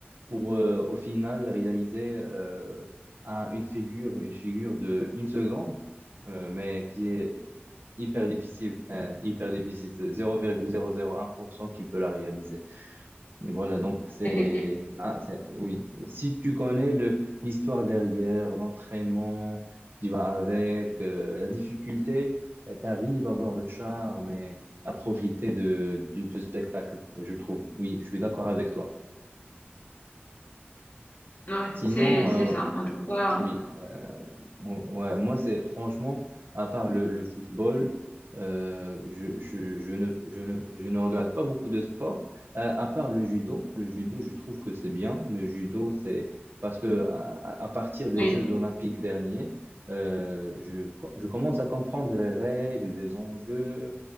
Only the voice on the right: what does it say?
pour euh, au final réaliser euh, un- une figure, une figure de une seconde, euh, mais qui est hyper difficile, euh, hyper difficile. C'est 0,001% qui peut la réaliser. Voilà, donc c'est
ah, c'est- oui. Si tu connais le l'histoire derrière, l'entraînement qui va avec, euh, la difficulté, tu arrives à voir le charme et à profiter de, de ce spectacle, je trouve. Oui, je suis d'accord avec toi.
Sinon,
euh,
Oui, euh, bon, ouais, moi c'est franchement, à part le, le football, euh, je, je, je ne, je ne, je ne regarde pas beaucoup de sports, Euh, à part le judo. Le judo, je trouve que c'est bien. Le judo, c'est parce que à, à partir des
Jeux olympiques derniers, euh, je, co- je commence à comprendre les règles, les enjeux.